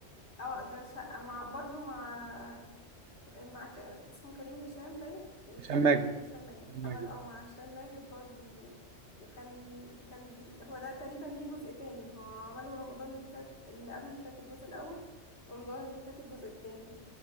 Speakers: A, on the left (about 65°); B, on the right (about 70°).
A: اه اشغال شقة مع برضو مع مع ك... اسمه كريم هشام باين هشام
B: هشام
A: ماجد
B: ماجد
A: هشام ماجد
B: هشام ماجد
A: عمل اه مع هشام ماجد برضو وكان كان بي... هو ده تقريبا ليه جزء تاني هو عمله رمضان اللي فات اللي قبل اللي فات الجزء الأول رمضان اللي فات الجزء التاني